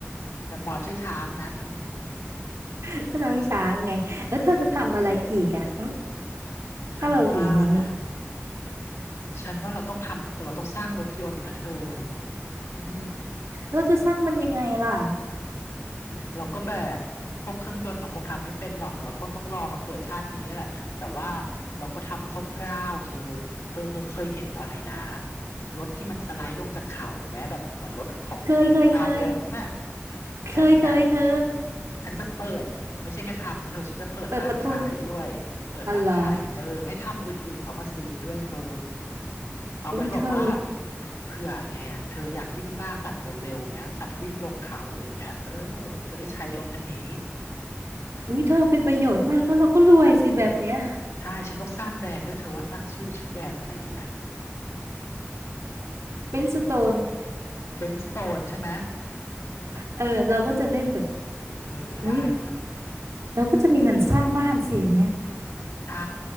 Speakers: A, on the left; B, on the right.
A: แมมมอสชื่อช้างนะอืม
B: <laughs> ก็น้องช้างไงแล้วเธอจะทำอะไรอีกอ่ะหึ
A: เออฉันว่านะ
B: ถ้าเราอยู่ในนั้นอ่ะ
A: ฉันว่าเราต้องทำเราต้องสร้างรถยนต์นะเธออืม
B: เราจะสร้างมันยังไงล่ะ
A: เราก็แบบพวกเครื่องยนต์เราคงทำไม่เป็นหรอกเราคงต้องรอมาเกิดชาตินี้นั่นแหละแต่ว่าเราก็ทำคร่าวๆเธอเธอเธอเคยเห็นอะไรนะรถที่มันสไลด์ลงจากเขาแม้แบบเหมือนรถของชาวมงค์อ่ะ
B: เคยเคยเคยเคยเคยเธอ
A: นั่นน่ะฉันจะเปิดไม่ใช่แค่ทำนะเธอฉันจะเปิดร้านขายด้วย
B: เปิดประทุน
A: เปิดร้านขายเออให้ทำอื่นๆเขามาซื้อด้วยเธอ
B: อะไรอ
A: เอาไว้แบบว่า
B: อุ้ยเธอ
A: เผื่อไงอ่ะเธออยากวิ่งล่าสัตว์เร็วๆเงี้ยสัตว์วิ่งลงเขาอะไรเงี้ยเออจะได้ใช้รถอันนี้
B: อุ้ยเธอเป็นประโยชน์มากเพราะเราก็รวยสิแบบเนี้ย
A: ใช่ฉันต้องสร้างแบรนด์ด้วยเธอว่าตั้งชื่อชื่อแบรนด์อะไรดีนะอืม
B: เป็นสโตน
A: เบนสโตนใช่ไหม
B: เออเราก็จะได้แบบ
A: เออได้นะ
B: อุ้ยเราก็จะมีเงินสร้างบ้านสิอย่างเงี้ย
A: ใช่